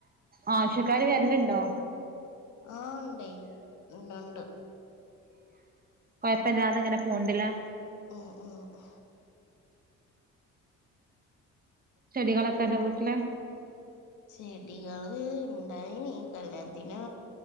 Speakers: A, on the right; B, on the left.
A: ആവശ്യക്കാര് വര്ല്ണ്ടോ
B: ആഹ് ണ്ടെയ് ഇണ്ട്ണ്ട്
A: കൊഴപ്പല്ലാതെ ങ്ങനെ പോവ്ണ്ട്ല്ലേ
B: ഉം ഉം ഉം
A: ചെടികളൊക്കെ ഇണ്ടോ വീട്ടില്
B: ചെടികള് ഉണ്ടായീനി കല്യാത്തിന്